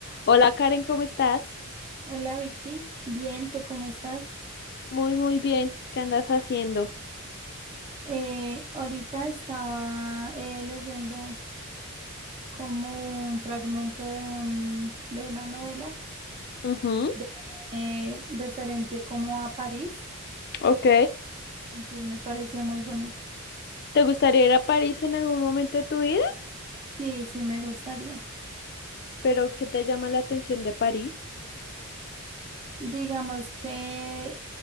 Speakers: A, on the left (about 50°); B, on the right (about 30°).
A: Hola Karen, ¿cómo estás?
B: Hola Vicky, bien, ¿tú cómo estás?
A: Muy, muy bien. ¿Qué andas haciendo?
B: Eh, ahorita estaba eh, leyendo como un fragmento de un, de una novela
A: Ujú,
B: de, eh, referente como a París,
A: ok.
B: entonces me pareció muy bonito.
A: ¿Te gustaría ir a París en algún momento de tu vida?
B: Sí, sí me gustaría.
A: ¿Pero qué te llama la atención de París?
B: Digamos que